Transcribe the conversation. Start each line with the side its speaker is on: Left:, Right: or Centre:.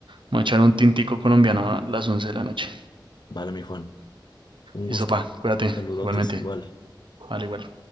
Right: Vamos a echar un tintico colombiano a las 11 de la noche.
Left: Vale, mi Juan, un
Right: Listo,
Left: gusto.
Right: pa, cuídate,
Left: Saludotes
Right: igualmente.
Left: igual.
Right: Vale, igual.